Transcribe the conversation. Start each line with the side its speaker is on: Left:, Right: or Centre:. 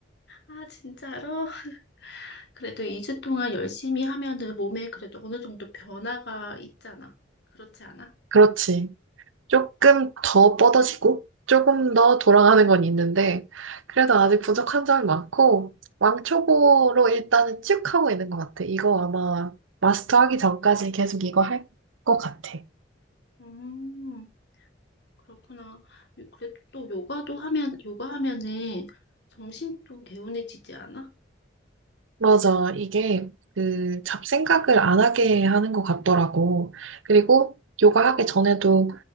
Left: 아, 진짜로? 그래도 2주 동안 열심히 하면은 몸에 그래도 어느 정도 변화가 있잖아. 그렇지 않아?
Right: 그렇지. 조금 더 뻗어지고, 조금 더 돌아가는 건 있는데, 그래도 아직 부족한 점이 많고, 왕초보로 일단은 쭉 하고 있는 것 같아. 이거 아마 마스터하기 전까지 계속 이거 할 것 같아.
Left: 음, 그렇구나. 요- 그래도 또 요가도 하면, 요가 하면은 정신도 개운해지지 않아?
Right: 맞아. 이게 그 잡생각을 안 하게 하는 것 같더라고. 그리고 요가 하기 전에도